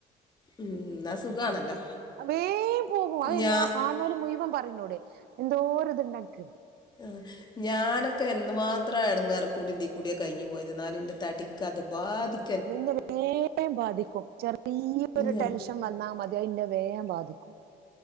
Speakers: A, on the left; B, on the right.
A: എന്ന സുഖാണല്ലോ
B: വേം പോകും അഹ്
A: ഞാ
B: എല്ലാ കാന്നോല്ല് മുഴുവൻ പറയും ഇന്നോട് എന്തോ ഒര് ഇതുണ്ടൻക്ക്
A: ആഹ് ഞാനൊക്കെ എന്ത് മാത്രം എടങ്ങേറ് കൂടി ഇതീകൂടി കഴിഞ്ഞു പോയത് എന്നാലും എൻ്റെ തടിക്ക് അത് ബാധി
B: ഇന്നെ വേം ബാധിക്കും ചെറിയൊരു
A: ഞാ
B: ടെൻഷൻ <unintelligible> വന്നാ മതി അഹ് ഇന്നെ വേം ബാധിക്കും